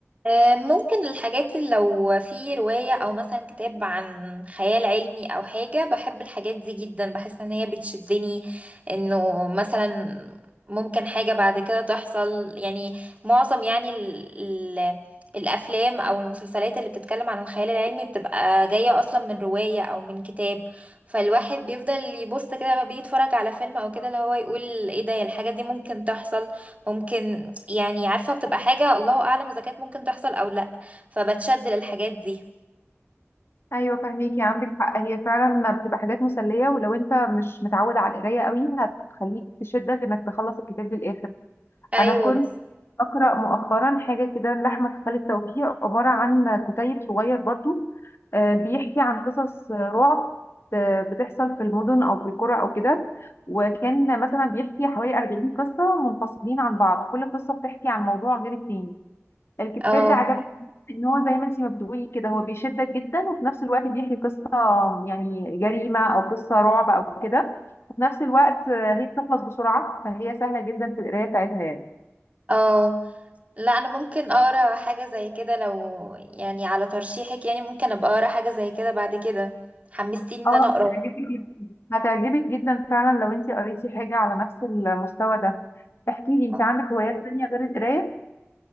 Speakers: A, on the right; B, on the left.
A: آه، ممكن الحاجات اللي لو في رواية أو مثلا كتاب عن خيال علمي أو حاجة بحب الحاجات دي جدا بحس إن هي بتشدني إنه مثلا ممكن حاجة بعد كده تحصل يعني معظم يعني ال ال الأفلام أو المسلسلات اللي بتتكلم عن الخيال العلمي بتبقى جاية أصلا من رواية أو من كتاب فالواحد بيفضل يبص كده لما بيتفرج على فيلم أو كده اللي هو يقول إيه ده الحاجة دي ممكن تحصل ممكن يعني عارفة بتبقى حاجة الله أعلم إذا كانت ممكن تحصل أو لأ فبتشد للحاجات دي
B: ايوه فاهميكي عندك حق هي فعلا بتبقى حاجات مسليه ولو انت مش متعود على القرايه قوي هتخليك تشدك انك تخلص الكتاب للاخر
A: أيوة
B: انا كنت
A: بس
B: اقرا مؤخرا حاجه كده لاحمد خالد توفيق عباره عن كتيب صغير برضو آه، بيحكي عن قصص رعب آه، بتحصل في المدن او في القرى او كده وكان مثلا بيحكي حوالي 40 قصه منفصلين عن بعض كل قصه بتحكي عن موضوع غير التاني الكتاب
A: اه
B: ده عجبني ان هو زي ما انت ما بتقولي كده هو بيشدك جدا وفي نفس الوقت بيحكي قصه يعني جريمه او قصه رعب او كده وفي نفس الوقت آه، هي بتخلص بسرعه فهي سهله جدا في القرايه بتاعتها يعني
A: اه لا أنا ممكن أقرأ حاجة زي كده لو يعني على ترشيحك يعني ممكن أبقى أقرأ حاجة زي كده بعد كده حمستيني
B: اه
A: إن أنا أقرأ
B: هتعجبك جدا هتعجبك جدا فعلا لو انت قريتي حاجة على نفس المستوى ده احكي لي انت
A: آه.
B: عندك هوايات تانية غير القراية